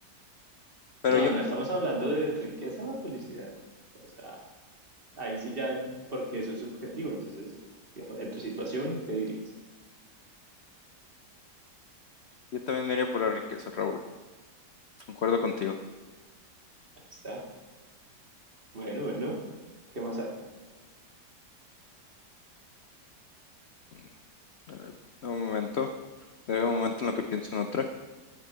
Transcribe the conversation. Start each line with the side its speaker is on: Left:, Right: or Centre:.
Left: pero
Right: No,
Left: yo,
Right: no, no, estamos hablando de riqueza o felicidad. O sea, Ahí sí ya, porque eso es subjetivo. Entonces, digamos, en tu situación, ¿qué dirías?
Left: yo también me iría por la riqueza, Raúl. Concuerdo contigo.
Right: Ahí está. Bueno, bueno. ¿Qué más hay?
Left: Mm, A ver, dame un momento. Dame un momento en lo que pienso en otra.